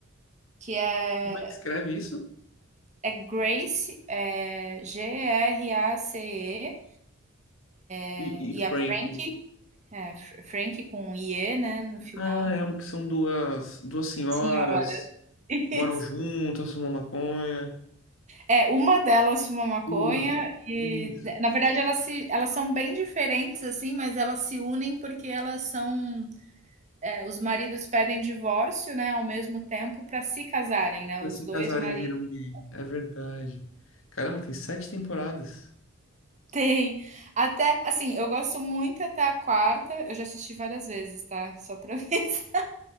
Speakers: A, on the right; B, on the left.
A: que é
B: Como é que escreve isso?
A: é Grace, é G-R-A-C-E, eh,
B: E, e
A: e
B: Frank?
A: a Frankie é, Fra Frankie com i-e, né, no final.
B: Ah, é um que são duas, duas senhoras,
A: Senhoras, <laughs>
B: moram
A: isso.
B: juntas, fumam maconha.
A: É, uma delas fuma maconha
B: Uma,
A: e
B: isso.
A: na verdade elas se elas são bem diferentes, assim, mas elas se unem porque elas são é, os maridos pedem divórcio, né, ao mesmo tempo para se casarem, né?
B: Pra
A: Os
B: se
A: dois
B: casarem
A: maridos
B: viram
A: <laughs>
B: gay. É verdade. Caramba, tem sete temporadas.
A: têm até, assim, eu gosto muito até a quarta. Eu já assisti várias vezes, tá? Só para mim. <laughs>